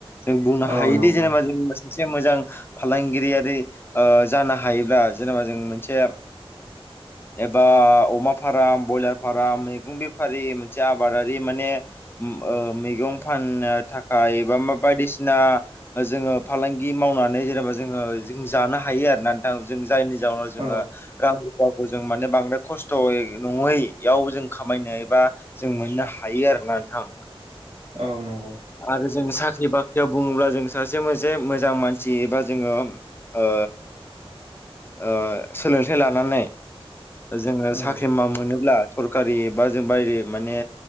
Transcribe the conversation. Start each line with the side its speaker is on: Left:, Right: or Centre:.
Left: जों बुंनो हायोदि
Right: औ नंगौ
Left: जेनेबा जों सासे मोजां फालांगिरियारि ओ जानो हायोब्ला जेनेबा जों मोनसे एबा अ अमा फार्म ब्रयलार फार्म मैगं बेफारि मोनसे आबादारि माने उम ओ मैगं फाननो थाखाय एबा बायदिसिना जोङो फालांगि मावनानै जेनेबा जोङो जों जानो हायो आरो ना नोंथां जों जायनि जाहोनाव
Right: औ
Left: जोंङो रां रुफाखौ जों माने बांद्राय खस थयै' नङैयाव जों खामायनो एबा जों मोननो हायो आरोना नोंथां।
Right: औ नंगौ
Left: आरो जों साख्रि बाख्रियाव बुङोब्ला जों सासे मोनसे मोजां मानसि एबा जोंङो ओ ओ ओ सोलोंथाइ लानानै जोंङो सा
Right: औ
Left: साख्रि मा मोनोब्ला सरकारि एबा जों बायदि माने